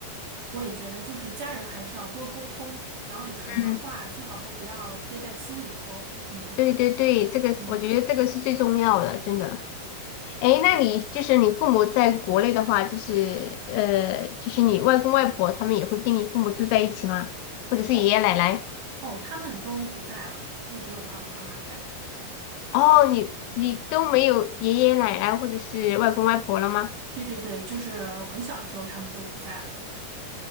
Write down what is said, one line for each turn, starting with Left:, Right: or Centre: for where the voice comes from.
Right: 我也觉得，就是家人还是要多沟通，然后有什么话最好都不要憋在心里头，
Left: 嗯，
Right: 嗯
Left: 对对对，这个是我觉得这个是最重要的，
Right: 嗯，
Left: 真的。诶，那你就是你父母在国内的话，就是呃，就是你外公外婆他们也会跟你父母住在一起吗？或者是爷爷奶奶？
Right: 哦哦，他们都不在了，就只有爸爸妈妈在，
Left: 哦，你你都没有爷爷奶奶或者是外公外婆了吗？
Right: 对对对对，就是我很小的时候他们都不在了，